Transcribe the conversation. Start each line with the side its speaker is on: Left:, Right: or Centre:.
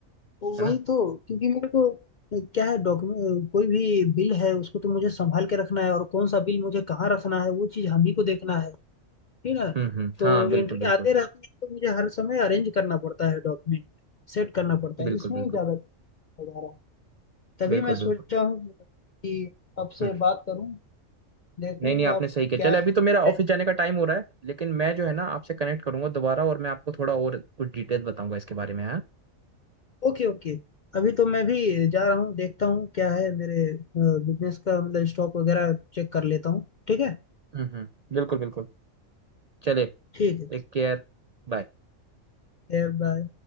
Left: वही
Right: है ना
Left: तो क्योंकि मेरे को क्या है डॉक्यूमेंट कोई भी बिल है उसको तो मुझे संभाल के रखना है और कौन सा बिल मुझे कहाँ रखना है वो चीज़ हम ही को देखना है ठीक है
Right: हम्म हम्म
Left: तो
Right: हाँ बिल्कुल
Left: एंट्री
Right: बिल्कुल
Left: आते रहती है तो मुझे हर समय अरेंज करना पड़ता है डॉक्यूमेंट सेट करना पड़ता
Right: बिल्कुल
Left: है इसमें
Right: बिल्कुल
Left: ही ज़्यादा हो जा रहा है तभी
Right: बिल्कुल
Left: मैं सोचा
Right: बिल्कुल
Left: हूँ कि आपसे
Right: हम्म
Left: बात करूँ देखूँ
Right: नहीं नहीं आपने
Left: आप
Right: सही किया
Left: क्या
Right: चले अभी तो मेरा ऑफिस
Left: है
Right: जाने का टाइम हो रहा है लेकिन मैं जो है ना आपसे कनेक्ट करूंगा दोबारा और मैं आपको थोड़ा और कुछ डिटेल बताऊंगा इसके बारे में हाँ
Left: ओके ओके अभी तो मैं भी जा रहा हूँ देखता हूँ क्या है मेरे बिजनेस का मतलब स्टॉक वगैरह चेक कर लेता हूँ ठीक है
Right: हम्म हम्म बिल्कुल बिल्कुल चले
Left: ठीक है ठीक
Right: Take care बाय
Left: है बाय